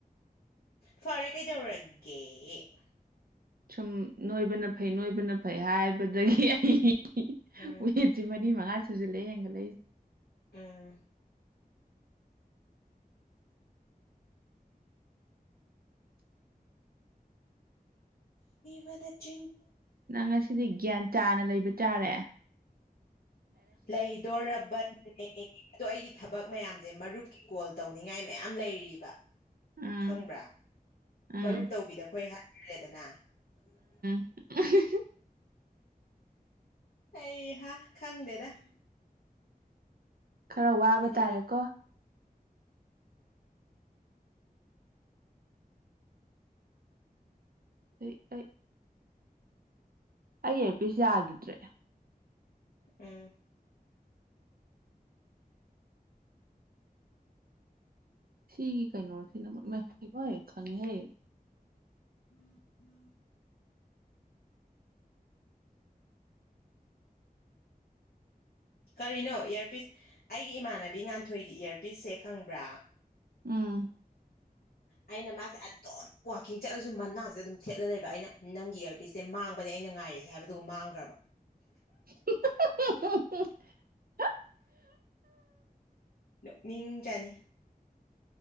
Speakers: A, on the left; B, on the right.
A: ꯐꯔꯦ ꯀꯩꯗꯧꯔꯒꯦ
B: ꯁꯨꯝ ꯅꯣꯏꯕꯅ ꯐꯩ ꯅꯣꯏꯕꯅ ꯐꯩ ꯍꯥꯏꯕꯗꯒꯤ ꯑꯩ
A: ꯎꯝ
B: ꯁꯤ ꯃꯔꯤ ꯃꯉꯥ ꯁꯨꯁꯤꯜꯂꯦ ꯍꯦꯟꯒꯠꯂꯛꯏ
A: ꯑ ꯕꯗ ꯆꯨ
B: ꯅꯪ ꯉꯁꯤꯗꯤ ꯒ꯭ꯌꯥꯟ ꯆꯥꯅ ꯂꯩꯕ ꯆꯥꯔꯦ
A: ꯂꯩꯗꯣꯕꯅꯦꯅꯦ ꯑꯗꯣ ꯑꯩꯒꯤ ꯊꯕꯛ ꯃꯌꯥꯝꯁꯦ ꯃꯔꯨꯞꯀꯤ ꯀꯣꯜ ꯇꯧꯅꯤꯡꯉꯥꯏ ꯃꯌꯥꯝ ꯂꯩꯔꯤꯕ
B: ꯎꯝ
A: ꯈꯪꯕ꯭ꯔꯥ
B: ꯎꯝ
A: ꯃꯔꯨꯞ ꯇꯧꯕꯤꯗ ꯑꯩꯈꯣꯏ ꯍꯥꯏꯇꯥꯔꯦꯗꯅ
B: <inaudible>
A: ꯑꯩꯍꯥ ꯈꯪꯗꯦꯗ
B: ꯈꯔ ꯋꯥꯕ
A: ꯀꯔꯤ
B: ꯇꯥꯔꯦꯀꯣ ꯑꯩ ꯑꯩ ꯑꯩ ꯑꯦꯔꯄꯤꯁ ꯌꯥꯈꯤꯗ꯭ꯔꯦ
A: ꯎꯝ
B: ꯁꯤꯒꯤ ꯀꯩꯅꯣꯁꯤꯅ ꯃꯕ ꯈꯪꯉꯦꯍꯦ
A: ꯎꯝ ꯎꯝ ꯀꯔꯤꯅꯣ ꯏꯌꯔꯄꯤꯁ ꯑꯩꯒꯤ ꯏꯃꯥꯟꯅꯕꯤ ꯉꯥꯟꯊꯣꯏꯒꯤ ꯏꯌꯔꯄꯤꯁꯁꯦ ꯈꯪꯕ꯭ꯔꯥ
B: ꯎꯝ
A: ꯑꯩꯅ ꯃꯥꯁꯦ ꯑꯗꯨꯇꯝ ꯋꯥꯋꯥꯛꯀꯤꯡ ꯆꯠꯂꯁꯨ ꯃꯅꯥꯁꯦ ꯑꯗꯨꯝ ꯊꯦꯠꯂ ꯂꯩꯕ ꯑꯩꯅ ꯅꯪꯒꯤ ꯏꯌꯥꯔꯕꯤꯁ ꯏꯦ ꯃꯥꯡꯕꯅꯦ ꯑꯩꯅ ꯉꯥꯏꯔꯤꯦꯁꯦ ꯍꯥꯏꯕꯗꯨꯒ ꯃꯥꯡꯈ꯭ꯔꯕ
B: <inaudible>
A: ꯅꯣꯛꯅꯤꯡ ꯆꯥꯅꯤ